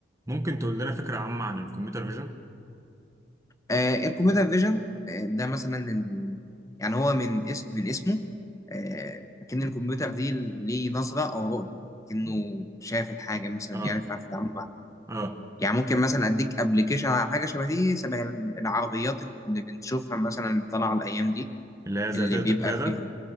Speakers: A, on the right; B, on the left.
A: ممكن تقول لنا فكره عامه عن الكمبيوتر فيجن
B: آه، الكمبيوتر فيجن آه، ده مثلا ال... يعني هو من اسم من اسمه آه، لكن الكمبيوتر دي ليه نظرة أو رؤية لكنه شاف الحاجة مثلا
A: اه
B: يعرف عارف يتعامل معاها
A: اه
B: يعني ممكن مثلا أديك أبلكيشن على حاجة شبه دي شبه ال- العربيات اللي بنشوفها مثلا اللي طالعة الأيام دي
A: اللي هي ذاتيه
B: اللي بيبقى
A: القياده
B: فيها